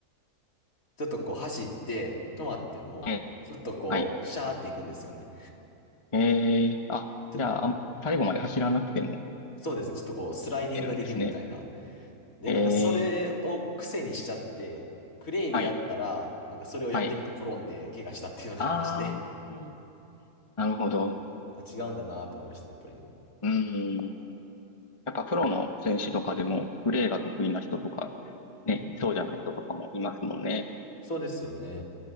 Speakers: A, on the left; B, on the left.
A: ちょっとこう、走って、止まっても、
B: あ、え
A: ちょっとこう、
B: はい。
A: シャーっていくんですよね。
B: えー、あ、
A: ちょ
B: じゃあ、最後まで走らなくてもい
A: そうですね、ちょっとこう、スライディングができるみたいな。
B: けるんですね。
A: で、
B: ええ、
A: なんかそれを癖にしちゃって、クレイでやったら、
B: はい、
A: なんかそれをやってみて転んで、
B: はい。
A: 怪我したっていうのがありまして、
B: あー、なるほど。
A: <laughs> あ、違うんだなって思いましたね、やっぱりね。
B: うん。やっぱプロの選手とかでも、プレーが得意な人とか、ね、そうじゃない人とかもいますもんね。
A: そうですよね。